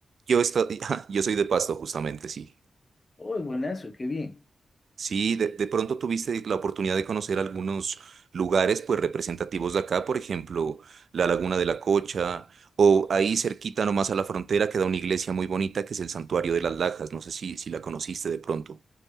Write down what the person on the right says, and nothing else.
Yo, esto- <laughs> yo soy de Pasto, justamente, sí.
Sí, de, de pronto tuviste la oportunidad de conocer algunos lugares pues representativos de acá, por ejemplo, la Laguna de la Cocha, o ahí cerquita nomás a la frontera queda una iglesia muy bonita que es el Santuario de las Lajas. No sé si, si la conociste de pronto.